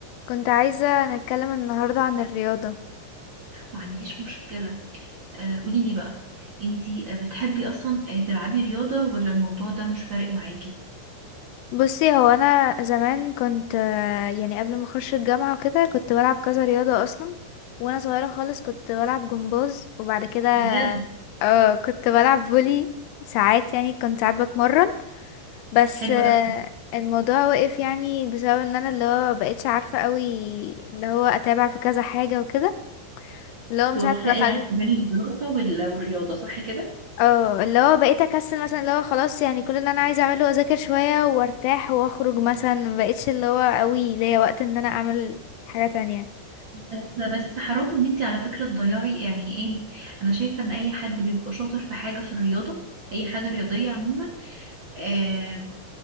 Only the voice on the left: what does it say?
كنت عايزة نتكلم النهاردة عن الرياضة
بصي هو أنا زمان كنت آه، يعني قبل ما أخش الجامعة وكده كنت بلعب كذا رياضة أصلا وأنا صغيرة خالص كنت بلعب جمباز وبعد كده
اه كنت بلعب فولي ساعات يعني كنت ساعات بتمرن بس
آه،
الموضوع وقف يعني بسبب ان انا اللي هو مبقتش عارفة قوي اللي هو اتابع في كذا حاجة وكده اللي هو من
ساعة ما دخلت
اه اللي هو بقيت اكسل مثلا اللي هو خلاص يعني كل اللي انا عايزه اعمله اذاكر شويه وارتاح واخرج مثلا ما بقتش اللي هو قوي ليا وقت ان انا اعمل حاجه تانية